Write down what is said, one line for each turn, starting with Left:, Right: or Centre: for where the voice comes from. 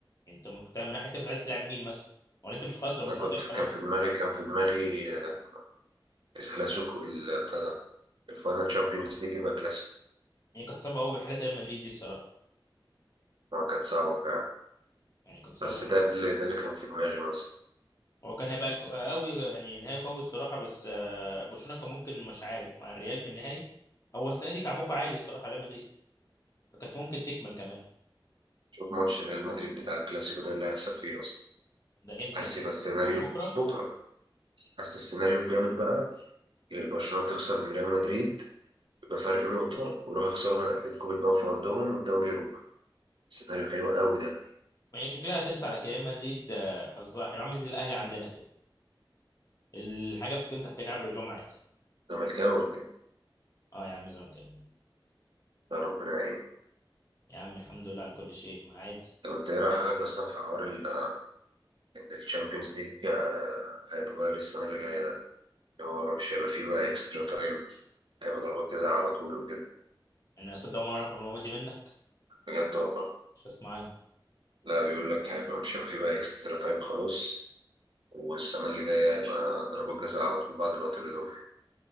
Left: انت م- كنت من ناحيه تانية كنت عايز تلعب مين مثلا ولا انت مش خلاص لو برشلونه
Right: أنا كنت
Left: كانت
Right: كان
Left: خلاص
Right: في
Left: مش...
Right: دماغي كان في دماغي آه، الكلاسيكو ال- بتاع ده الفاينل تشامبيونز ليج يبقى كلاسيكو
Left: يعني كانت صعبه قوي بحاله ريال مدريد دي الصراحه
Right: آه، كانت صعبة فعلا
Left: يعني كانت صعبه
Right: بس
Left: جدا
Right: ده اللي ده اللي كان في دماغي مثلا
Left: هو كان هيبقى ك- قوي يعني نهائي قوي الصراحه بس آه، برشلونه كان ممكن مش عارف مع الريال في النهائي هو السنه دي كعبوكه عالي الصراحه ريال مدريد فكانت ممكن تكمل كمان
Right: شوف ماتش ريال مدريد بتاع الكلاسيكو ده اللي هيحصل فيه اصلا
Left: ده امتى
Right: حاسس
Left: ده
Right: يبقى السيناريو
Left: بكره
Right: بكره حاسس السيناريو الجامد بقى برشلونه تخسر من ريال مدريد بفرق نقطه ويروحوا يخسروا من اتلتيكو بالباو في ارضهم والدوري يروح سيناريو حلو قوي ده
Left: يعني شكلها هترسى على كده ريال مدريد آه، حظها حلو عامل زي الاهلي عندنا كده الحاجه بتكون تحت كعب رجلهم عادي
Right: زملكاوي ولا ايه
Left: اه يا عم زملكاوي
Right: يا ربنا يعينك
Left: يا عم الحمد لله على كل شيء ما عادي
Right: طب انت ايه رايك اصلا في حوار ال ان الشامبيونز ليج آه، هيتغير السنه اللي جايه ده اللي هو مش هيبقى فيه بقى اكسترا تايم هيبقى ضربات جزاء على طول وكده
Left: يعني انا صدق ما اعرف المعلومه دي منك
Right: بجد والله
Left: مش هسمع عنها
Right: لا بيقول لك هيبقى مش هيبقى فيه بقى اكسترا تايم خلاص والسنة اللي جاية هيبقى ضربة جزاء على طول بعد الوقت الإضافي